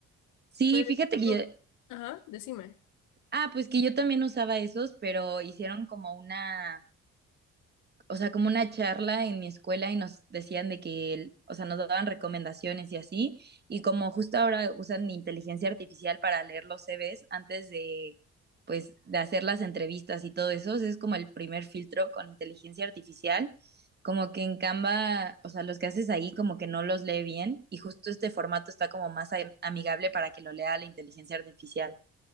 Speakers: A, on the right; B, on the left.
A: Sí,
B: Pero,
A: fíjate
B: esto-
A: que yo,
B: ajá, decime.
A: Ah, pues que yo también usaba esos, pero hicieron como una, o sea, como una charla en mi escuela y nos decían de que, el- o sea, nos daban recomendaciones y así, y como justo ahora usan inteligencia artificial para leer los CVs antes de, pues, de hacer las entrevistas y todo eso, o es como el primer filtro con inteligencia artificial, como que en Canva, o sea, los que haces ahí como que no los lee bien, y justo este formato está como más am- amigable para que lo lea la inteligencia artificial.